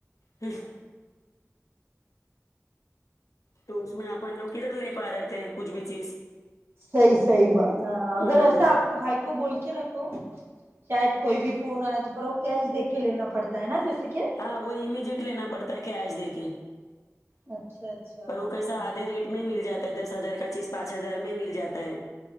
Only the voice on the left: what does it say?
ہا تو اس میں اپن لوگ کدھر لے پا رہے تھے کچھ بھی چیز
ہوں
ہاں وہ امیجیٹ لینا پڑتا ہے کیش دے کے
پر
وہ کیسا
آدھے ریٹ میں ہی مل جاتا ہے دس ہزار کا چیز پانچ ہزار میں ہی مل جاتا ہے